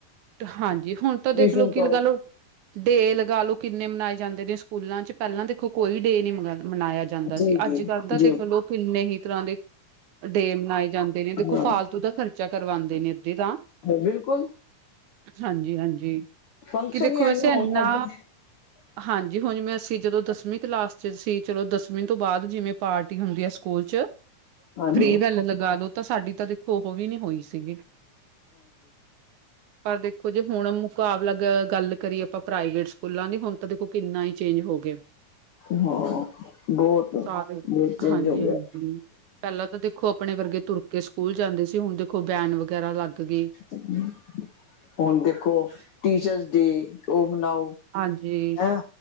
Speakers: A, on the right (about 75°); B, on the left (about 70°).
A: ਹਾਂਜੀ ਹੁਣ ਤਾਂ ਦੇਖ
B: ਟਿਊਸ਼ਨ
A: ਲਓ
B: ਤੋਂ
A: ਕਿ ਲਗਾ
B: ਆਓ
A: ਲਓ ਡੇ ਲਗਾ ਲੋ ਕਿੰਨੇ ਮਨਾਏ ਜਾਂਦੇ ਨੇ ਸਕੂਲਾਂ ਚ ਪਹਿਲਾਂ ਦੇਖੋ ਕੋਈ ਡੇ ਨਹੀ ਮਨਾਇਆ ਜਾਂਦਾ
B: ਜੀ-ਜੀ-ਜੀ
A: ਸੀ ਅੱਜ-ਕੱਲ੍ਹ ਤਾਂ ਦੇਖ ਲੋ ਕਿੰਨੇ ਹੀ ਤਰ੍ਹਾਂ ਦੇ ਡੇ ਮਨਾਏ ਜਾਂਦੇ ਨੇ ਦੇਖੋ
B: ਹਾਂ
A: ਫਾਲਤੂ ਦੇ ਖ਼ਰਚੇ ਕਰਵਾਂਦੇ ਨੇ ਅੱਧੇ ਤਾਂ
B: ਬਿਲਕੁਲ
A: ਹਾਂਜੀ-ਹਾਂਜੀ,
B: ਫੰਕਸ਼ਨ
A: ਕਿ ਦੇਖੋ
B: ਹੀ
A: ਵੈਸੇ
B: ਇਨੇ
A: ਇਨਾ
B: ਹੋਣ <inaudible>
A: ਹਾਂਜੀ, ਹੁਣ ਜਿਵੇਂ ਅਸੀਂ ਜਦੋਂ ਦਸਵੀਂ ਕਲਾਸ ਚ ਸੀ ਚਲੋ ਦਸਵੀਂ ਤੋਂ ਬਾਅਦ ਜਿਵੇਂ ਪਾਰਟੀ ਹੁੰਦੀ ਆ ਸਕੂਲ ਚ
B: ਹਾਂਜੀ-ਹਾਂਜੀ
A: ਫਰੀ ਵੈੱਲ ਲਗਾ ਲੋ ਤਾਂ ਸਾਡੀ ਤਾਂ ਦੇਖੋ ਉਹ ਵੀ ਨੀ ਹੋਈ ਸੀਗੀ ਪਰ ਦੇਖੋ ਜੇ ਹੁਣ ਮੁਕਾਬਲਾ ਗੱਲ ਕਰੀਏ ਪ੍ਰਾਈਵੇਟ ਸਕੂਲਾਂ ਦੀ ਹੁਣ ਤਾਂ ਦੇਖੋ ਕਿੰਨਾ ਹੀ ਚੇਂਜ ਹੋ ਗਿਆ
B: ਹਾਂ ਬਹੁਤ-ਬਹੁਤ
A: ਸਾਰੇ
B: ਚੇਂਜ
A: ਹਾਂਜੀ
B: ਹੋ ਗਿਆ
A: ਹਾਂਜੀ। ਪਹਿਲਾਂ ਤਾਂ ਦੇਖੋ ਆਪਣੇ ਵਰਗੇ ਤੁਰ ਕੇ ਸਕੂਲ ਜਾਂਦੇ ਸੀ ਹੁਣ ਦੇਖੋ ਵੇਨ ਵਗੈਰਾ ਲੱਗ ਗਈ
B: <unintelligible> ਹੁਣ ਦੇਖੋ, ਟੀਚਰਸ ਡੇ, ਉਹ ਮਨਾਓ।
A: ਹਾਂਜੀ।
B: ਹੈਂ,